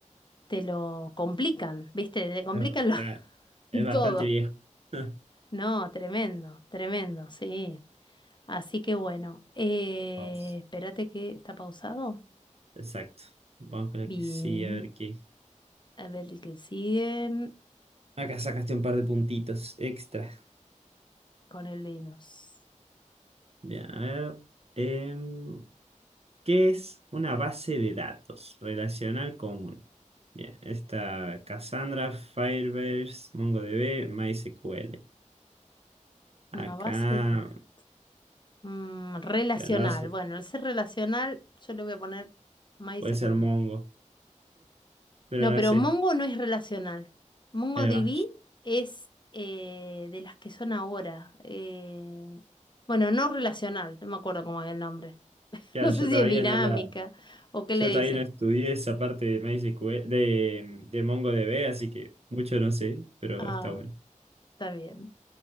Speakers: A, on the left (about 35°); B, on the right (about 50°).
A: te lo complican, viste, te complican
B: Claro.
A: lo-
B: Ya, Es
A: <laughs>
B: bastante
A: todo.
B: viejo. <laughs>
A: No, tremendo, tremendo, sí. Así que bueno, eh,
B: Vamos.
A: espérate que está pausado.
B: Exacto. Vamos con la
A: Bien,
B: que sí, a ver qué.
A: a ver el que sigue.
B: Acá sacaste un par de puntitos extra.
A: con el Linux.
B: Bien, a ver. em, ¿qué es una base de datos relacional común? Bien, está Cassandra, Firebase, MongoDB, MySQL. Acá,
A: Una base de da- mm, relacional.
B: que una base,
A: Bueno, al ser relacional, yo le voy a poner MySQL.
B: puede ser Mongo, pero
A: No,
B: no
A: pero
B: sé.
A: Mongo no es relacional. MongoDB
B: Ahí va.
A: es eh, de las que son ahora. eh, bueno, no relacional, no me acuerdo cómo es el nombre. <laughs>
B: Claro,
A: No
B: yo
A: sé si
B: todavía
A: es dinámica
B: no la,
A: o qué
B: yo
A: le dicen.
B: todavía no estudié esa parte de MySQL, de, de MongoDB, así que mucho no sé, pero
A: Ah,
B: está bueno.
A: está bien.